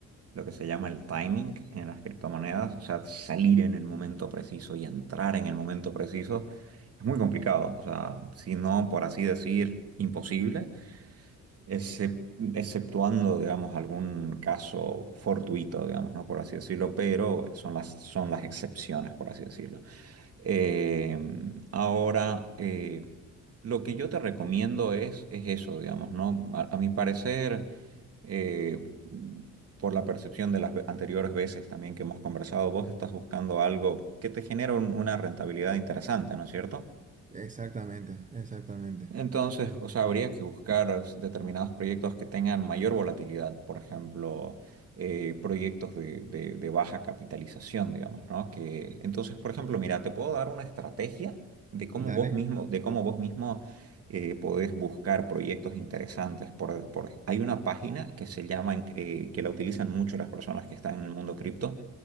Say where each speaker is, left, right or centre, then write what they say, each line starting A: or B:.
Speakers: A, on the right; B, on the right.
A: lo que se llama el timing en las criptomonedas, o sea, salir en el momento preciso y entrar en el momento preciso es muy complicado, o sea, si no, por así decir, imposible, excep- exceptuando, digamos, algún caso fortuito, digamos, ¿no? Por así decirlo, pero son las, son las excepciones, por así decirlo. Eh, ahora, eh, lo que yo te recomiendo es, es eso, digamos, ¿no? A, a mi parecer, eh, por la percepción de las ve- anteriores veces también que hemos conversado, vos estás buscando algo que te genere un- una rentabilidad interesante, ¿no es cierto?
B: Exactamente, exactamente.
A: Entonces, o sea, habría que buscar determinados proyectos que tengan mayor volatilidad, por ejemplo, eh, proyectos de, de- de baja capitalización, digamos, ¿no? Que, entonces, por ejemplo, mira, te puedo dar una estrategia de cómo
B: Dale,
A: vos mismo, de cómo vos mismo eh, podés buscar proyectos interesantes. Por, por- hay una página que se llama, en- eh, que la utilizan mucho las personas que están en el mundo cripto,